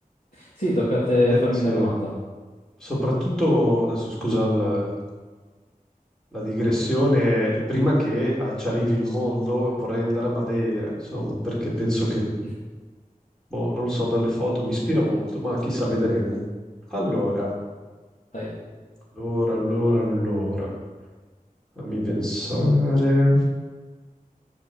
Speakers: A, on the left (about 75°); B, in the centre.
A: Sì, tocca a te
B: Eh,
A: farmi
B: sì.
A: la domanda.
B: Soprattutto, adesso scusa il- la digressione, eh, prima che eh, ci arrivi il mondo vorrei andare a Madeira, insomma, perché penso che,
A: <laughs>
B: boh, non lo so, dalle foto mi ispira molto, ma chissà, vedremo. Allora,
A: Vai,
B: allora, allora, allora, fammi pensare.